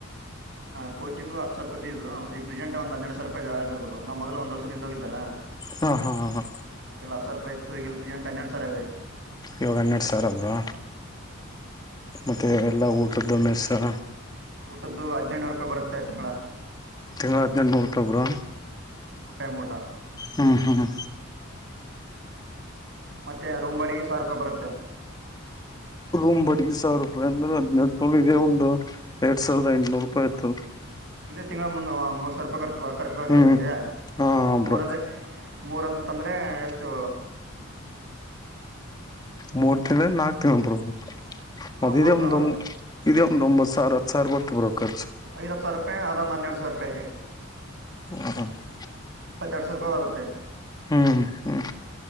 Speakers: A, on the right; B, on the left.
A: ಚೋಚಿಂಗ್ ಹತ್ತುಸಾವೆರಾ ರಪಾ ಫೀಸ ಈ ಪ್ರೆಂಟ್ ಒಂದು ಹೆರ ಸಾವಿ ರೂಪ ಆಗಿಬೋದು ನಾ ಮೊದಲು ಒಂದು ವರ್ಷದಿಂದ ಹೋಗಿದ್ದಲ್ಲ
B: ಹಾ ಹಾ ಹಾ ಹಾ
A: ಅವ್ರರಿಗೆಲ್ಲ ಹತಾವೆರಾ ರೂಪಾಯಿತ್ತು ಈಗಲ್ಲಿ ಪ್ರಜಂಟ್ಟನ್ನರಡು ಸರ್ ಆಿದೆ
B: ಯೋಗನ್ನಡ್ಸರ್ ಒಬ್ರು
A: ಹ್ಮ್
B: ಮತ್ತೆ ಎಲ್ಲ ಊಟದ್ದು ಮೆಸ್ಸಾ
A: ಊಟದು ಹದಿನೇಳುನೂರು ರೂಪಾಯಿ ಬರುತ್ತ ತಿಂಗಳ
B: ತಿಂಗಳ ಹಡ್ನೆಂಟ್ ನುರುಪಾಯ ಬ್ರೋ
A: ಮುರೂ ಟೈಮ್ ಊಟ
B: ಹಾ ಹಾ ಹಾ
A: ಮತ್ತೆ ರೂಂ ಬಡಿಗೆ ಸಾವರ ರೂಪಾಯಿ ಬರುತ್ತೆ
B: ರೂಮ್ ಬಡ್ಗ್ ಸಾವಿರ ರೂಪಾಯಿ ಅಂದ್ರೆ ಹದಿನೆಂ ನ ಇದೆ ಒಂದು ಎರಡ್ ಸಾವಿರದ ಎಂಟಟ್ನೂರು ರೂಪಾಯಿ ಆಯತದ
A: ಇದೇ ತಿಂಗಳ ಮುನ್ನ ಮೂರ್ ಸಾವಿರ ರೂಪಾಯಿ ಖರ್ಚು ಬರ್ತ್ತೆ
B: ಹ್ಮ್
A: ನಂಗೆ
B: ಹಾ ಬ್ರೋ
A: ಮೂರದೇ ಮೂರಂತಂದರೆ ಎಷ್ಟು
B: ಮೂರ್ ತಿಂಗಳು ನಾಕು ತಿಂಗ್ಲೀ ಬ್ರೋ ಮದ್
A: ಮೂರು
B: ಇದೇ
A: ತಿಂಗಳು
B: ಒಂದ
A: ಬರುತ್ತೆ
B: ಇದೇ ಒಂದ ಒಂಬತ್ತು ಸಾವಿರ ಹತ್ತ್ತು ಸಾವಿರ ಬರ್ತ ಬರೋ ಖರ್ಚು
A: ಐಡ್ ಹತ್ತು ಸಾವಿ ರೂಪಾಯ ಅದಂದು ಹನ್ನೆಡು ಸಾವಿ ರೂಪಾಯಿಗೆ
B: ಹ <inaudible>
A: ಇಪ್ಪೆರಡು ಸಾವಿರ ರೂಪಿದೊಲಗಾಗುತ್ತೆ
B: ಹ್ಮ್ ಹ್ಮ್